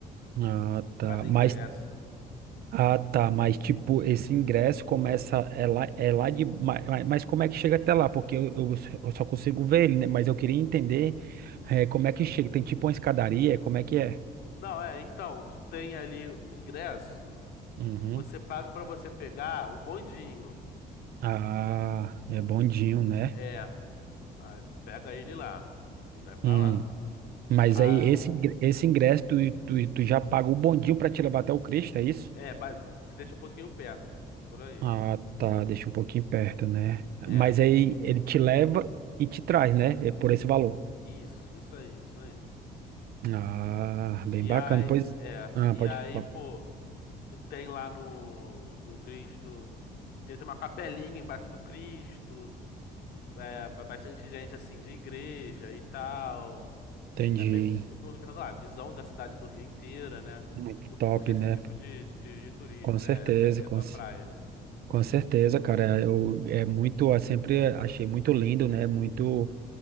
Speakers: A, on the right (about 65°); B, on the left (about 70°).
A: ah, tá.
B: cada
A: Mas
B: ingresso.
A: Ah, tá, mas tipo, esse ingresso começa, é lá, é lá de, ma- ma- mas, como é que chega até lá? Porque eu, eu s- eu só consigo ver ele, né? Mas eu queria entender eh, como é que chega, tem tipo uma escadaria, como é que é?
B: Não, é, então, tu tem ali o ingresso,
A: Uhum.
B: você paga pra você pegar o bondinho.
A: Ah, é bondinho, né?
B: É, ah, tu pega ele lá e vai pra
A: Hum.
B: lá.
A: Mas
B: Ah,
A: aí esse, ingre- esse ingresso, tu, tu, tu já paga o bondinho pra te levar até o Cristo, é isso?
B: é, ba- te deixa um pouquinho perto, por aí.
A: Ah, tá, deixa um pouquinho perto, né?
B: É,
A: Mas aí ele te leva e te traz, né? É por esse valor.
B: isso, isso aí, isso aí.
A: Ah, bem
B: E
A: bacana.
B: aí,
A: Pois,
B: é,
A: ah,
B: e
A: pode
B: aí,
A: falar.
B: pô, tu tem lá no, no Cristo, tem uma capelinha embaixo do Cristo, é, vai bastante gente assim de igreja e tal.
A: Entendi.
B: É bem- muito movimentado lá. A visão da cidade do Rio inteira, né?
A: Muito
B: Tu curte
A: top,
B: esse
A: né?
B: tipo de, de, de turismo,
A: Com certeza,
B: né? É, é,
A: com,
B: é tua
A: c-
B: praia.
A: com certeza, cara. Eu é muito, eu sempre achei muito lindo, né? Muito.